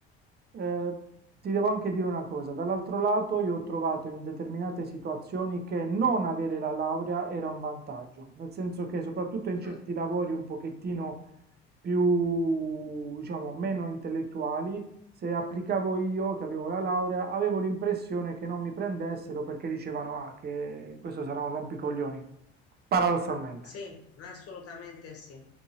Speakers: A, on the right (about 35°); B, on the left (about 50°).
A: Eh, ti devo anche dire una cosa, dall'altro lato io ho trovato in determinate situazioni che non avere la laurea era un vantaggio, nel senso che soprattutto in certi
B: Mh.
A: lavori un pochettino più, diciamo, meno intellettuali, se applicavo io che avevo la laurea, avevo l'impressione che non mi prendessero perché dicevano, ah, che questo sarà un rompicoglioni, paradossalmente.
B: Sì, assolutamente sì.